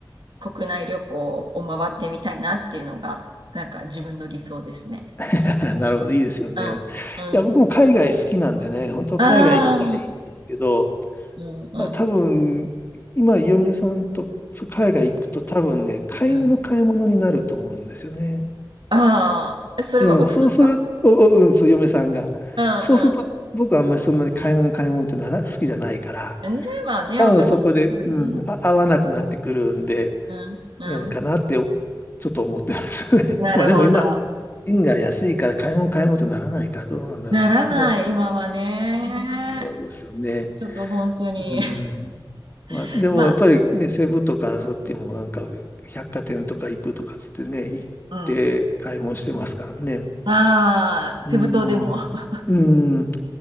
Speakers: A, on the right; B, on the left.
A: 国内旅行を回ってみたいなっていうのが、なんか自分の理想ですね。
B: <laughs> なるほど、いいですよね。
A: うん、
B: いや、僕も海外好きなんでね、
A: うん、
B: 本当海外行きたいんですけど、
A: ああ、うん、うん、
B: あ、多分、今、嫁さんとそう海外行くと多分ね、
A: うん、
B: 買い物買い物になると思うんですよね。
A: うん。ああ、それは奥さんが
B: うん、そうする、お、お、うん、そう、嫁さんが。
A: うん
B: そうすると、僕はあんまりそんなに買い物買い物ってなら、好きじゃないから、
A: うん。ね、まあね、
B: 多分そこで、
A: 男の人はね。
B: うん、あ、合わなくなってくるんで、
A: うんうん。
B: うん、かなって、ちょっと思ってますね。<laughs>
A: なるほど。
B: まあでも今、円が安いから買い物買い物ってならないからどうなんだろう。
A: ならない、
B: だから
A: 今はね。
B: そうですよね。
A: ちょっと本当に。
B: うん。まあ、
A: <laughs>
B: でもやっぱりね、
A: まあ、
B: セブとかそうやっちもなんか百貨店とか行くとかつってね、行って買い物してますからね。
A: うん。ああ、セブ島でも。
B: うん。
A: <laughs>
B: うん。だ